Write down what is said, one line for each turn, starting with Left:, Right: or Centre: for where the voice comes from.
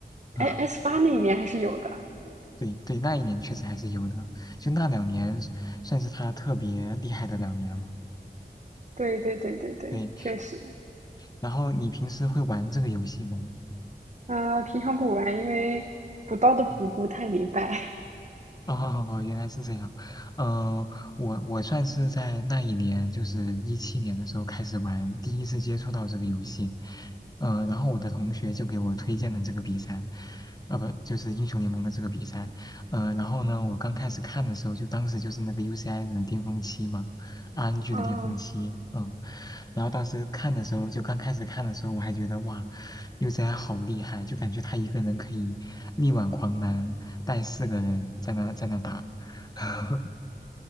Right: 哎，S
Left: 啊、
Right: 八那一年还是有的，
Left: 对对，那一年确实还是有的，就那两年算是它特别厉害的两年了。
Right: 对对对对对，
Left: 对，
Right: 确实，
Left: 然后你平时会玩这个游戏吗？
Right: 啊、平常不玩，因为补刀的补不太明白
Left: 嗯 <laughs> 哦，原来是这样。呃，我我算是在那一年，就是一七年的时候开始玩，第一次接触到这个游戏。呃，然后我的同学就给我推荐了这个比赛，呃，不，就是英雄联盟的这个比赛。呃，然后呢，我刚开始看的时候，就当时就是那个 UCI 的巅峰期嘛，RNG
Right: 啊，
Left: 的巅峰期，嗯。然后当时看的时候，就刚开始看的时候，我还觉得哇，UCI 好厉害，就感觉他一个人可以。力挽狂澜，带四个人在那在那打。<laughs>